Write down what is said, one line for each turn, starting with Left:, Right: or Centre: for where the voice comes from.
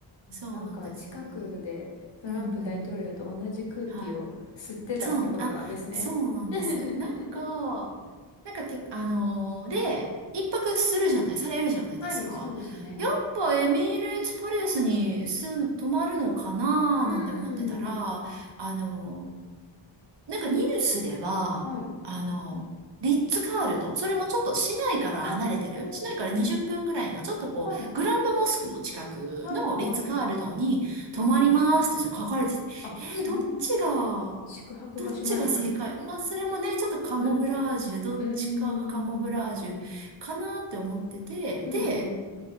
Right: そうなんです。
Left: なんか近くでトランプ大統領と同じ空気を吸ってたってことなんですね。
Right: うん、うん、うん。はい。そう、あ、そうなんです。
Left: <laughs>
Right: なんか、なんかけあのーで、一泊するじゃない、されるじゃないですか。
Left: はい、そうですね。
Right: やっぱエミレーツパレスに住む、泊まるのかなーなんて思ってたら、
Left: うーん。
Right: あのーなんかニュースでは、
Left: はい。
Right: あの、リッツ・カールトン、それもちょっと市内から離れてる、
Left: あー。
Right: 市内から20分ぐらいの、ちょっとこう、
Left: はい。
Right: グランドモスクの近くのリッツ・
Left: はい、はい。
Right: カールトンに泊まりますってそれ書かれてて、
Left: うんうん。あ、そんな宿泊場所まで書いてあるんだ。
Right: えー、どっちが、どっちが正解まあ、それもね、ちょっとカモフラージュ、
Left: <laughs>
Right: どっちかがカモフラージュかなって思ってて、
Left: うーん。うんうん。
Right: で、